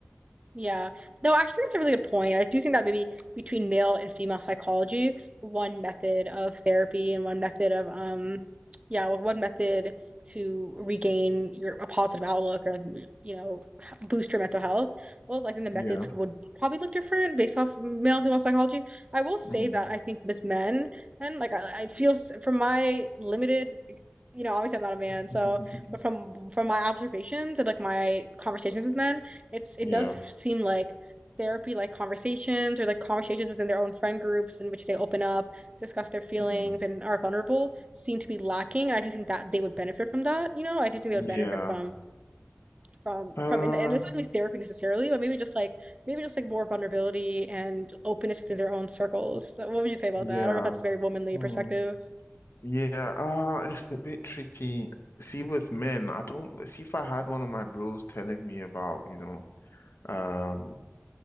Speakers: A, on the right (about 25°); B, on the left (about 70°).
A: Yeah. No, actually, that's a really good point. I do think that maybe between male and female psychology, one method of therapy and one method of um, yeah, one one method to regain your a positive outlook or like you know h- boost your mental health. Well, I think the methods
B: Yeah.
A: would probably look different based off male and female psychology. I will say
B: Mm.
A: that I think with men and like I, I feel s- from my limited you know, obviously I'm not a man,
B: <laughs>
A: so but from from my observations and like my conversations with men, it's it
B: Yeah.
A: does seem like therapy like conversations or like conversations within their own friend groups in which they open up, discuss their feelings
B: Mm.
A: and are vulnerable seem to be lacking. And I do think that they would benefit from that, you know. I do think
B: Yeah.
A: they would benefit from from
B: Uh,
A: from and, and it's not really therapy necessarily, but maybe just like maybe just like more vulnerability and openness within their own circles. So what would you say about
B: yeah.
A: that? I don't know if that's a very womanly
B: Hmm.
A: perspective.
B: Yeah. Uh, it's a bit tricky. See, with men, I don't see if I had one of my bros telling me about, you know, um